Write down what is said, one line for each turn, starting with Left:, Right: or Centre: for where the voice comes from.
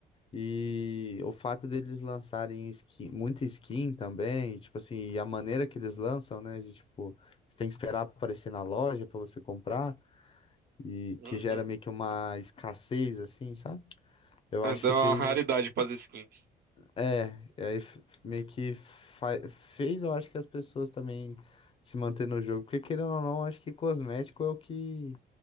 Left: E o fato deles lançarem skin, muita skin também, tipo assim, e a maneira que eles lançam, né? De, tipo, você tem que esperar aparecer na loja pra você comprar, e
Right: Uhum.
Left: que gera meio que uma escassez, assim, sabe? Eu acho
Right: Dá
Left: que
Right: uma
Left: fez.
Right: raridade pras skins.
Left: É, e aí f- meio que fa- fez, eu acho que as pessoas também se manter no jogo, porque querendo ou não, acho que cosmético é o que,